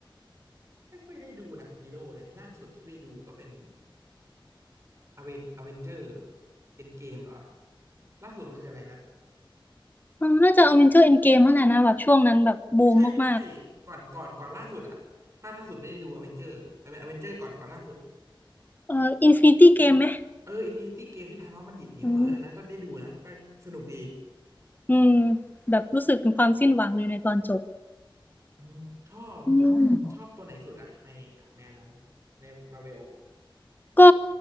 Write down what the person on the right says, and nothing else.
ไม่ค่อยได้ดูหนังฮีโร่เลยล่าสุดที่ไปดูก็เป็นอเวนอเวนเจอร์เป็นเกมเหรอล่าสุดมันคืออะไรนะ
ไม่ใช่ไม่ใช่ก่อนก่อนก่อนล่าสุดอะภาคล่าสุดไม่ได้ดูอเวนเจอร์แต่เป็นอเวนเจอร์ก่อนก่อนล่าสุด
เอออินฟินิตี้เกมที่ธานอสมันดีดนิ้วเอออันนั้นก็ได้ดูนะก็สนุกดี
อืมชอบ
ชอบตัวไหนสุดอะในแนวนั้นในมาเวล